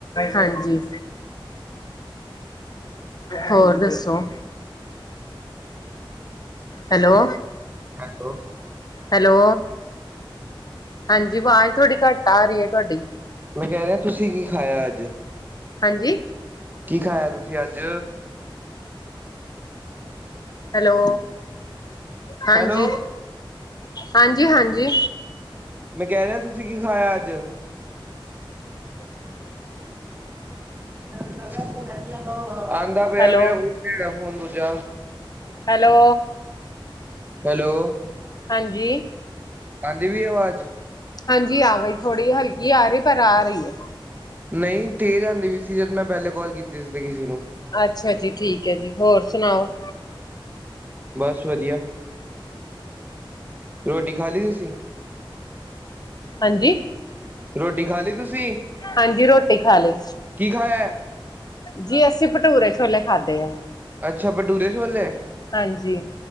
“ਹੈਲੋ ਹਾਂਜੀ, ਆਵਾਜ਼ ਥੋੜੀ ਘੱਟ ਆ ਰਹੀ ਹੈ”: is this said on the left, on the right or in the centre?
Left